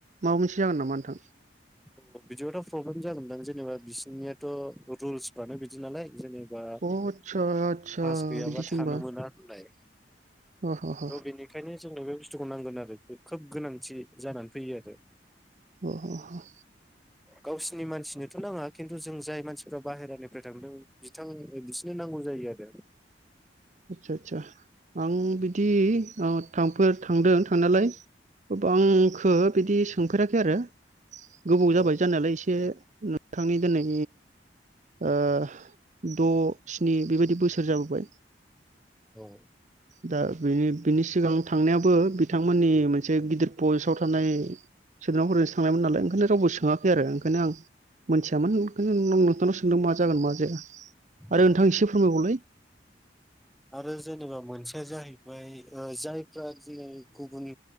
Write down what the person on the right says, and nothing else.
माबा मोनसे जागोन नामा नोंथां?
अ आदसा आदसा
बिदिसो
होमबा
अ ह ह
अ अ ह।
आतसा आतसा। आं बिदि अ थामफोर थांदों। खा नालाय गोबांखो बिदि सोंफेराखै आरो। गोबाव
जाबाय जानायालाय इसे। थांनि दोनै ओ द' स्नि बेबायदि बोसोर जाबोबाय।
दा बिनि बिनि सिगां थांनायाबो बिथांमोननि मोनसे गिदिर पस्टआव थानाय सोद्रोमाफोरजोंसो थांनायमोन नालाय ओंखायनो रावबो सोङाखै आरो ओंखायनो आं मोनथियामोन ओंखायनो नो-नोंथांनाव सोंदों मा जागोन मा जाया।
आरो नोंथां एसे फोरमायबावलाय।